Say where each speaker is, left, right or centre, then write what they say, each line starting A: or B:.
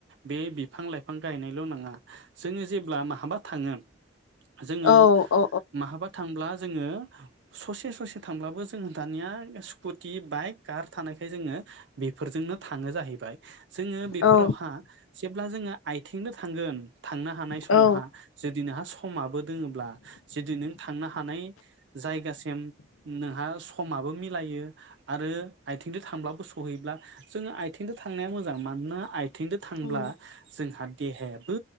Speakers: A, on the right; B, on the left.
A: बे बिफां लाइफां गायनायल' नङा जोङो जेब्ला माहाबा थाङो, जोङो
B: औ औ
A: माहाबा थांब्ला, जोङो ससे ससे थांब्लाबो जों दानिया स्कुटि बाइक कार थानायखाय जोङो बेफोरजोंनो थाङो जाहैब बाय जोङो बेफोरावहा
B: औ
A: जेब्ला जोङो आथिंजों थांगोन थांनो हानाय समावहा
B: औ
A: जुदि नोंहा समाबो दोङोब्ला जुदि नों थांनो हानाय जायगासिम नोंहा स समाबो मिलायो आरो आइथिंजों थांब्लाबो सहैब्ला, जोङो आथिंजों थांनाया मोजां मानोना आइ आइथिं जों थांब्ला
B: उम
A: जोंहा देहायाबो,